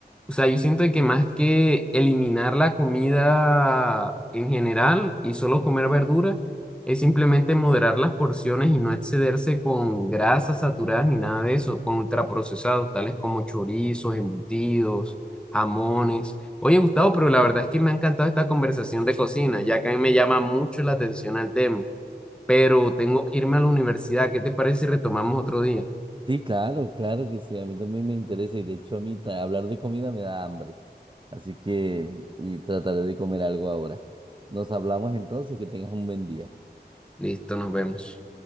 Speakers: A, in the centre; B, on the right.
A: O sea, yo siento que más que eliminar la comida en general y solo comer verduras, es simplemente moderar las porciones y no excederse con grasas saturadas ni nada de eso, con ultraprocesados, tales como chorizos, embutidos, jamones. Oye, Gustavo, pero la verdad es que me ha encantado esta conversación de cocina, ya que a mí me llama mucho la atención al tema, pero tengo que irme a la universidad. ¿Qué te parece si retomamos otro día?
B: Sí, claro, claro que sí, a mí también me interesa y de hecho a mí ta- hablar de comida me da hambre, así que y trataré de comer algo ahora. Nos hablamos entonces, que tengas un buen día.
A: Listo, nos vemos.